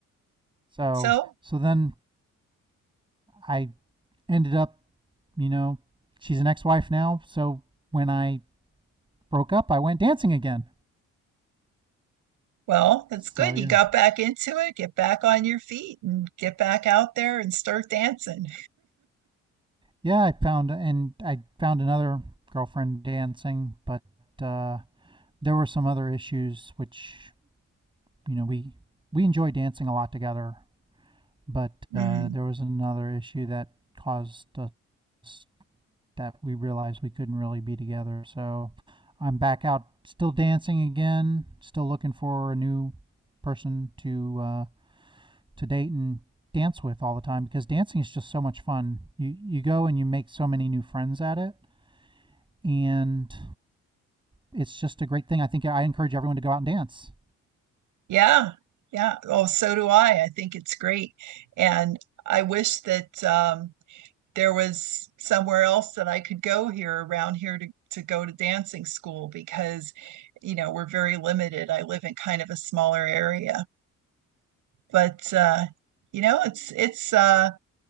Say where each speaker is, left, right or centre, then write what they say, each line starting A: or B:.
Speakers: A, on the right; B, on the right.
A: So
B: So,
A: so then I ended up, you know, she's an ex wife now. So when I broke up, I went dancing again.
B: well, that's
A: So
B: good.
A: yeah.
B: You got back into it. Get back on your feet and get back out there and start dancing.
A: Yeah, I found, and I found another girlfriend dancing, but uh, there were some other issues which, you know, we, we enjoy dancing a lot together, but
B: Mhm.
A: uh, there was another issue that caused us that we realized we couldn't really be together. So I'm back out, still dancing again, still looking for a new person to uh, to date and dance with all the time because dancing is just so much fun. You you go and you make so many new friends at it, and it's just a great thing. I think I encourage everyone to go out and dance.
B: Yeah. Yeah. Oh, so do I. I think it's great. And I wish that um there was somewhere else that I could go here around here to to go to dancing school because you know, we're very limited. I live in kind of a smaller area but uh, you know, it's it's uh,